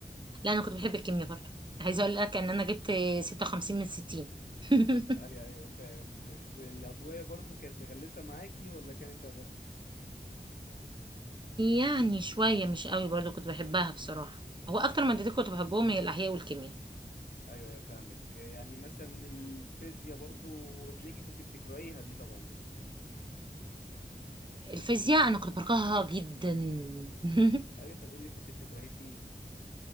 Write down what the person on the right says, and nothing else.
لا انا كنت بحب الكيمياء برضه عايزه اقول لك ان انا جبت 56 من 60 <laughs>
يعني شويه مش قوي برضه كنت بحبها بصراحه هو اكتر مادتين كنت بحبهم هي الاحياء والكيمياء
الفيزياء انا كنت بكرهها جدا <laughs>